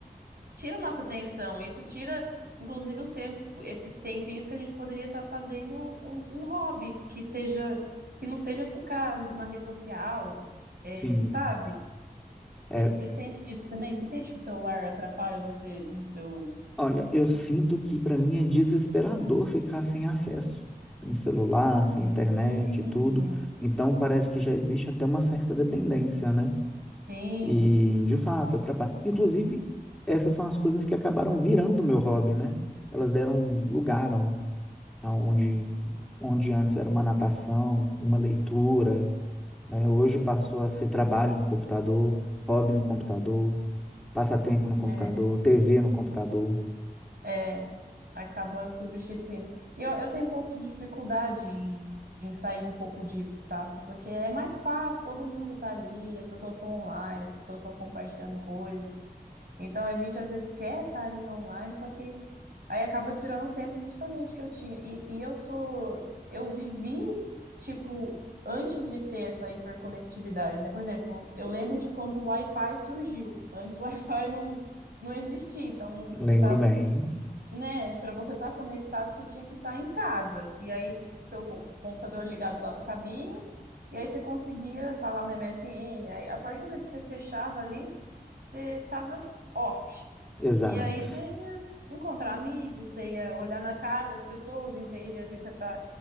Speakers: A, on the right; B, in the centre.
A: tira nossa atenção, isso tira, inclusive, os tem- esses tempinhos que a gente poderia estar fazendo um, um hobby que seja, que não seja ficar na rede social, é,
B: Sim.
A: sabe? Você
B: É,
A: sente isso também? Você sente que o celular atrapalha você no seu.
B: olha, eu sinto que para mim é desesperador ficar sem acesso, sem celular, sem
A: Hum,
B: internet e tudo. Então parece que já existe até uma certa dependência, né?
A: sim.
B: E, de fato, atrapalha. Inclusive, essas são as coisas que acabaram virando meu hobby, né? Elas deram lugar ao- aonde onde antes era uma natação, uma leitura, né? Hoje passou a ser trabalho no computador, hobby no computador, passatempo no computador,
A: É,
B: TV no computador.
A: é. acaba substituindo. E eu, eu tenho um pouco de dificuldade em, em sair um pouco disso, sabe? Porque é mais fácil, todo mundo tá ali, as pessoas estão online, as pessoas estão compartilhando coisas. Então a gente às vezes quer estar ali online, só que aí acaba tirando o tempo justamente que eu tinha. E, e eu sou, eu vivi, tipo, antes de ter essa hiperconectividade, né? Por exemplo, eu lembro de quando o Wi-Fi surgiu. Antes o <laughs> Wi-Fi não, não existia, então você
B: Lembro
A: tá
B: bem,
A: né, para você estar conectado, você tinha que estar em casa. E aí, s- seu co- computador ligado lá no cabinho, e aí você conseguia estar lá no MSN. Aí, a partir do momento que você fechava ali, você tava off.
B: exato.
A: E aí você ia encontrar amigos, você ia olhar na cara das pessoas, em vez de às vezes, você tá,